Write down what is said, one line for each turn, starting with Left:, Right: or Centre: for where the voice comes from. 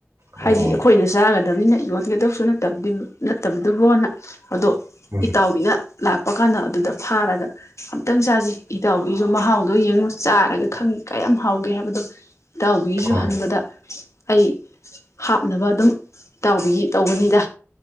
Right: ꯑꯣ
Left: ꯍꯥꯏꯗꯤ ꯑꯩꯈꯣꯏꯅ ꯆꯥꯒꯅꯤ ꯇꯕꯅꯤꯅ ꯌꯣꯟꯒꯗꯕꯁꯨ ꯅ ꯇꯕꯗꯤ ꯅꯠꯇꯕꯗꯨꯕꯣꯅ ꯑꯗꯣ
Right: ꯎꯝ
Left: ꯏꯇꯥꯎꯕꯤꯅ ꯂꯥꯛꯄ ꯀꯥꯟꯗ ꯑꯗꯨꯗ ꯐꯥꯔꯒ ꯑꯝꯇꯪ ꯆꯥꯁꯤ ꯏꯇꯥꯎꯒꯤꯁꯨ ꯃꯍꯥꯎꯗꯣ ꯌꯦꯡꯉꯨ ꯆꯥꯔꯒ ꯈꯪꯉꯤ ꯀꯌꯥꯝ ꯍꯥꯎꯒꯦ ꯍꯥꯏꯕꯗꯣ ꯏꯇꯥꯎꯕꯤꯁꯨ
Right: ꯍꯣꯏ
Left: ꯍꯟꯕꯗ ꯑꯩ ꯍꯥꯞꯅꯕ ꯑꯗꯨꯝ ꯇꯥꯎꯕꯤ ꯇꯧꯕꯅꯤꯗ